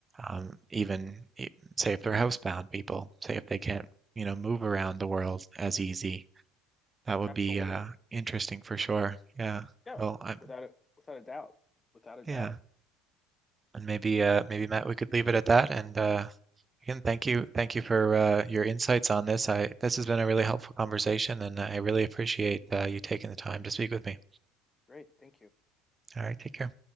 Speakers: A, on the right; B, on the left.
A: um, even e- say if they're housebound people, say if they can't you know move around the world as easy. That would
B: Absolutely.
A: be uh, interesting for sure. Yeah.
B: Yeah,
A: Well, I'm
B: without it, without a doubt. Without a
A: yeah,
B: doubt.
A: and maybe uh, maybe Matt, we could leave it at that. And uh, again, thank you thank you for uh, your insights on this. I this has been a really helpful conversation, and I really appreciate uh, you taking the time to speak with me.
B: Great. Thank you.
A: All right, take care.